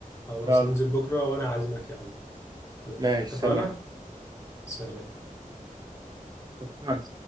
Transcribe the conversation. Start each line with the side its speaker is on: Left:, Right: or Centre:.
Left: خلاص
Right: يلا
Left: ننزل بكرة وانا عازمك يا عم ماشي
Right: ماشي
Left: اتفقنا
Right: سلام
Left: سلام
Right: اتفقنا